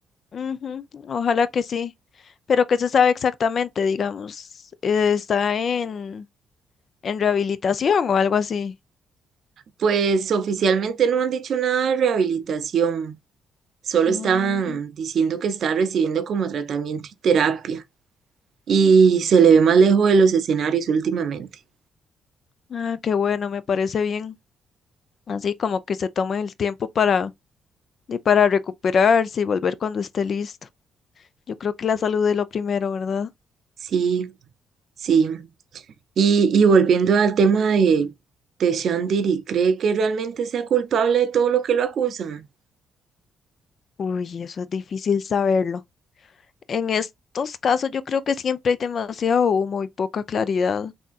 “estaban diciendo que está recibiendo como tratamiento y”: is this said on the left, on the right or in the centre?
Right